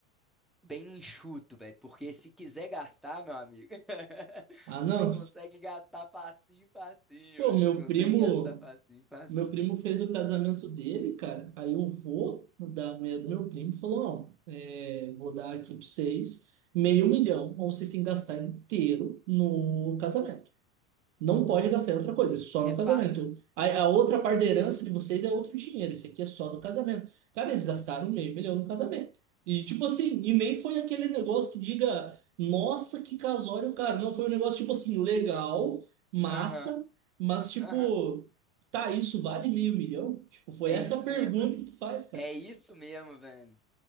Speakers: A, in the centre; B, on the right.
A: bem enxuto, velho, porque se quiser gastar, meu amigo, <laughs>
B: Ah, não.
A: você consegue gastar facinho, facinho,
B: Pô,
A: velho.
B: meu
A: Você consegue
B: primo.
A: gastar facinho, facinho.
B: Meu primo fez o casamento dele, cara. Aí o vô da mulher do meu primo falou: Não, é, vou dar aqui pra vocês meio milhão, ou vocês têm que gastar inteiro no casamento. Não pode gastar em outra coisa, é só
A: É
B: no
A: fácil.
B: casamento. A, a outra parte da herança de vocês é outro dinheiro, isso aqui é só do casamento. Cara, eles gastaram meio milhão no casamento. E tipo assim, e nem foi aquele negócio que diga, nossa, que casório, cara. Não, foi um negócio tipo assim, legal, massa,
A: Aham,
B: mas tipo,
A: aham.
B: tá, isso vale meio milhão? Tipo, foi
A: É
B: essa
A: isso
B: a pergunta
A: mesmo, velho.
B: que tu faz, cara.
A: É isso mesmo, velho.